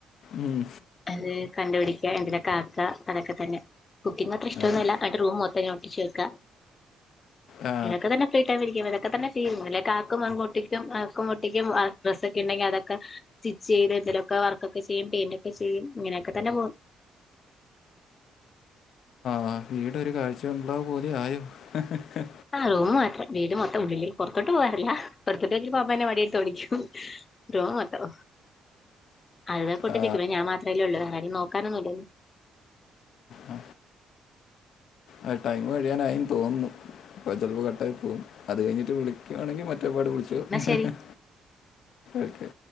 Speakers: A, on the left; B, on the left.
A: ഉം.
B: അത് കണ്ട്പിടി എന്തരങ്കിലും ആക്ക അത് ഒക്കെ തന്നെ. കുക്കിങ്ങ് അത്ര ഇഷ്ടമൊന്നുമല്ല.
A: ആ,
B: അന്നിട്ട് റൂം മൊത്തം ഇങ്ങനെ ഒട്ടിച്ച് വെയ്ക്കുക.
A: ആ,
B: ഇങ്ങനൊക്കെ തന്നെ ഫ്രീ ടൈം ഇരിക്കുമ്പം ഇതൊക്കെ തന്നെ ചെയ്യുന്നത്. പിന്നെ ആക്കും ആങ്ങ് ഒട്ടിക്കും ആക്കും ഡ്രസ്സ്‌ ഒക്കെ ഉണ്ടങ്കിൽ അതൊക്കെ സ്റ്റിച്ച് ചെയ്ത് എന്തേലും ഒക്കെ വർക്ക് ചെയ്യും പെയിന്റ് ചെയ്യും. ഇങ്ങനെക്കെതന്നെ പോണും
A: ആ വീട് ഒരു കാഴ്ചബംഗ്ലാവ് പോലെ ആയോ ഹ ഹ
B: ആ റൂം മാത്രം. വീട് മൊത്തം വെ പുറത്തോട്ടുപോകാറില്ല. പുറത്തോട്ട് പോയാൽ അമ്മ എന്നെ വടിയെടുത്ത് ഓടിക്കും റൂം മാത്രം അതിനകത്ത് ഒട്ടിച്ച്
A: ആ,
B: വക്കും. ഞാൻ മാത്രമല്ലേ ഉള്ളു. വേറാരും നോക്കാനൊന്നുമില്ലല്ലോ?
A: ആ. ആ ടൈം കഴിയാനായിന്നു തോന്നുന്നു. ഇപ്പം ചിലപ്പം കട്ടായി പോകും. അത് കഴിഞ്ഞിട്ട് വിളി ക്കുവാണങ്കിൽ മറ്റെപാട് വിളിച്ചോ.
B: എന്നാ
A: ഹ
B: ശരി
A: ഹ ഓക്കെ